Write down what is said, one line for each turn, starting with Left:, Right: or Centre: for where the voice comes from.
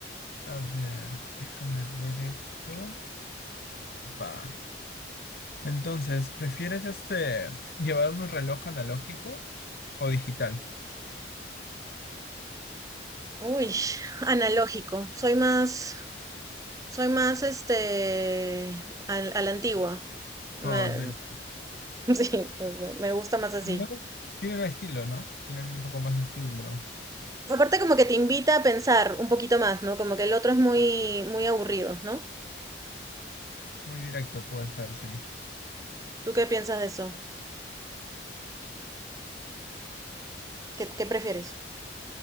Left: A ver, déjame ver esto. Va. Entonces, ¿prefieres este llevar un reloj analógico o digital?
Right: Uy, analógico. Soy más, soy más este, al- a, la antigua. Me,
Left: Oh, sí.
Right: <laughs> sí, me gusta más así.
Left: Al menos Tienen estilo, ¿no? Tienen un poco más de estilo.
Right: Aparte como que te invita a pensar un poquito más, ¿no? Como que el otro es muy, muy aburrido, ¿no?
Left: Muy directo puede ser, sí.
Right: ¿Tú qué piensas de eso? ¿Qué, qué prefieres?